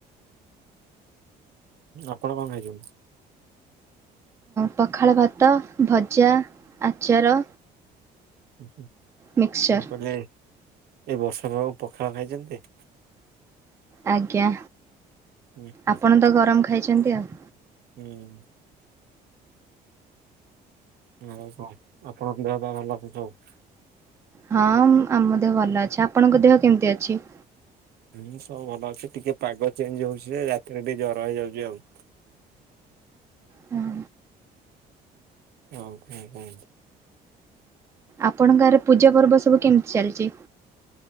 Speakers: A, on the right; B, on the right.
A: ଆପଣ କଣ ଖାଇଚନ୍ତି?
B: ପଖାଳ ଭାତ, ଭଜା, ଆଚାର
A: ହୁଁ
B: ମିକ୍ସଚର୍
A: ମୁଁ କହିଲି ଏଇ ବର୍ଷା ପାଗ ପଖାଳ ଖାଇଛନ୍ତି?
B: ଆଜ୍ଞା
A: ହୁଁ ହୁଁ
B: ଆପଣ ତ ଗରମ ଖାଇଛନ୍ତି ଆଉ।
A: ହୁଁ। ଆଉ କଣ ଆପଣଙ୍କ ଦେହ ପେହ ଭଲ ଅଛି ସବୁ?
B: ହଁ ଆମ ଦେହ ଭଲ ଅଛି, ଆପଣଙ୍କ ଦେହ କେମିତି ଅଛି?
A: ହୁଁ ସବୁ ଭଲ ଅଛି ଟିକେ ପାଗ ଚେଞ୍ଜ ହଉଛି ଯେ ରାତିରେ ଟିକେ ଜର ହେଇଯାଉଛି ଆଉ।
B: ହଁ।
A: <unintelligible>
B: ଆପଣଙ୍କ ଗାଁରେ ପୂଜା ପର୍ବ ସବୁ କେମିତି ଚାଲିଛି?